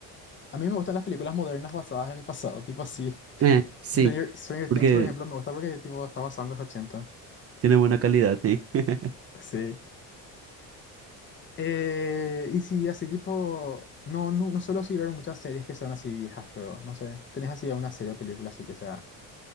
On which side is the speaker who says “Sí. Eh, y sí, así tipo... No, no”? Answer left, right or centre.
Left